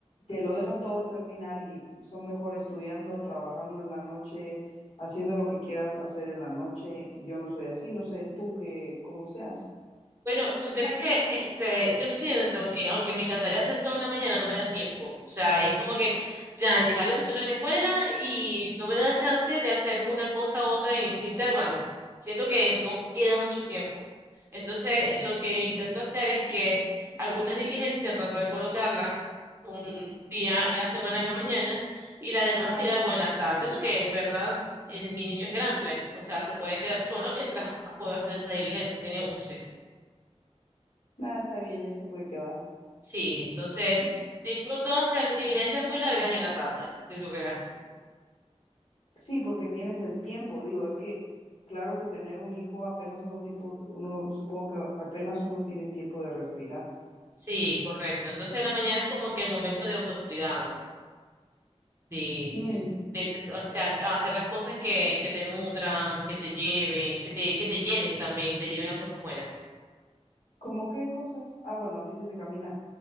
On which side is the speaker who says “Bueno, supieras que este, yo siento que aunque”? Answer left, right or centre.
Right